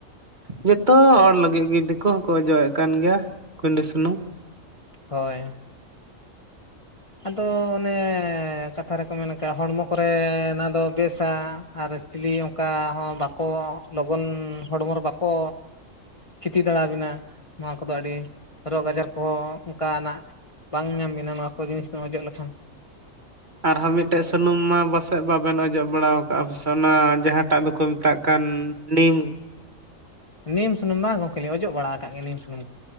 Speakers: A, on the right; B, on the left.
A: ᱡᱚᱛᱚ ᱦᱚᱲ ᱞᱟᱹᱜᱤᱫ ᱜᱮ ᱫᱤᱠᱩ ᱦᱚᱸᱠᱚ ᱚᱡᱚᱜᱮᱜ ᱠᱟᱱ ᱜᱮᱭᱟ ᱠᱩᱭᱰᱤ ᱥᱩᱱᱩᱢ᱾
B: ᱦᱳᱭ᱾ ᱟᱫᱚ ᱚᱱᱮ ᱠᱟᱛᱷᱟ ᱨᱮᱠᱚ ᱢᱮᱱ ᱟᱠᱟᱜ ᱦᱚᱲᱢᱚ ᱠᱚᱨᱮ ᱚᱱᱟ ᱫᱚ ᱵᱮᱥᱟ ᱟᱨ ᱪᱤᱞᱤ ᱚᱱᱠᱟ ᱦᱚᱸ ᱵᱟᱠᱚ ᱞᱚᱜᱚᱱ ᱦᱚᱲᱢᱚ ᱨᱮ ᱵᱟᱠᱚ ᱠᱷᱮᱛᱤ ᱫᱟᱲᱟ ᱟᱵᱤᱱᱟᱜ ᱱᱚᱣᱟ ᱠᱚᱫᱚ ᱟᱹᱰᱤ ᱨᱳᱜᱽ ᱟᱡᱟᱨ ᱠᱚ ᱚᱱᱠᱟᱱᱟᱜ ᱵᱟᱝ ᱧᱟᱢ ᱵᱤᱱᱟ ᱱᱚᱣᱟ ᱠᱚ <unintelligible>
A: ᱟᱨᱦᱚᱸ ᱢᱤᱜᱴᱮᱡ ᱥᱩᱱᱩᱢ ᱢᱟ ᱯᱟᱥᱮᱜ ᱵᱟᱵᱮᱱ ᱟᱡᱚᱢ ᱵᱟᱲᱟᱣ ᱠᱟᱜᱟ ᱥᱟᱱᱟ ᱡᱟᱦᱟᱸ ᱴᱟᱜ ᱫᱚᱠᱚ ᱢᱮᱛᱟᱜ ᱠᱟᱱ ᱱᱤᱢ᱾
B: ᱱᱤᱢ ᱥᱩᱱᱩᱢ ᱢᱟ ᱜᱚᱝᱠᱮ ᱞᱤᱧ ᱚᱡᱚᱜ ᱵᱟᱲᱟ ᱟᱠᱟᱜ ᱜᱮᱭᱟ ᱱᱤᱢ ᱥᱩᱱᱩᱢ᱾